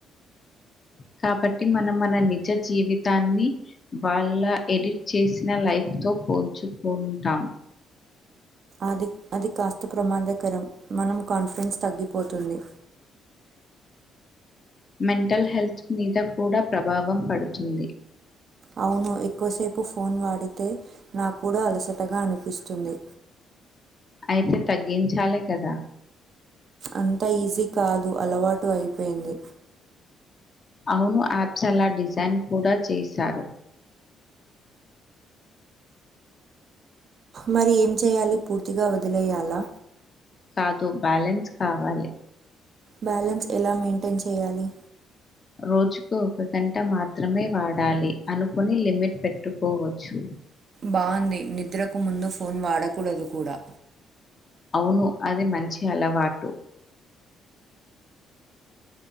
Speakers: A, on the left (about 40°); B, on the right (about 55°).
A: కాబట్టి మనం మన నిజ జీవితాన్ని వాళ్ళ ఎడిట్ చేసిన లైఫ్తో పోల్చుకుంటాం
B: అది అది కాస్త ప్రమాద కరం మనం కాన్ఫిడెన్స్ తగ్గిపోతుంది
A: మెంటల్ హెల్త్ మీద కూడా ప్రభావం పడుతుంది
B: అవును ఎక్కువసేపు ఫోన్ వాడితే నాకు కూడా అలసట గా అనిపిస్తుంది
A: అయితే తగ్గించాలి కదా
B: అంతా ఈజీ కాదు అలవాటు అయిపోయింది
A: అవును యాప్స్ అలా డిజైన్ కూడా చేశారు
B: మరి ఏం చేయాలి పూర్తిగా వదిలేయాలా
A: కాదు బ్యాలెన్స్ కావాలి
B: బ్యాలన్స్ ఎలా మెయింటైన్ చేయాలి
A: రోజుకు ఒక గంట మాత్రమే వాడాలి అనుకుని లిమిట్ పెట్టుకోవచ్చు
B: బాగుంది నిద్రకు ముందు ఫోన్ వాడకూడదు కూడా
A: అవును అది మంచి అలవాటు